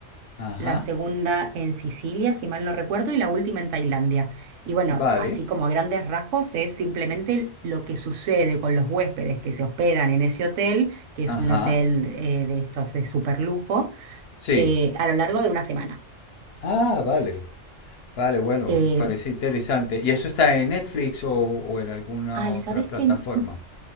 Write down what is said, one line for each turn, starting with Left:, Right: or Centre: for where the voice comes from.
Left: Ajá.
Right: la segunda en Sicilia, si mal no recuerdo, y la última en Tailandia. Y bueno,
Left: Vale.
Right: así como a grandes rasgos, es simplemente lo que sucede con los huéspedes que se hospedan en ese hotel, que es
Left: Ajá.
Right: un hotel eh, de estos de super lujo,
Left: Sí.
Right: a lo largo de una semana.
Left: Ah, vale. Vale, bueno,
Right: Eh,
Left: parece interesante. ¿Y eso está en Netflix o, o en alguna
Right: ay,
Left: otra
Right: ¿sabes
Left: plataforma?
Right: qué?